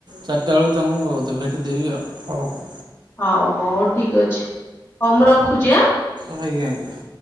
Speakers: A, on the right; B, on the left.
A: ଚାର ଚାରିଟା ବେଳକୁ ତମକୁ ଭେଟିଦେବି ଆଉ, ହଉ ହଉ।
B: ହଉ, ହଉ ଠିକ ଅଛି, ହଉ ମୁଁ ରଖୁଛି ଆଁ।
A: ଆଜ୍ଞା ଆଜ୍ଞା।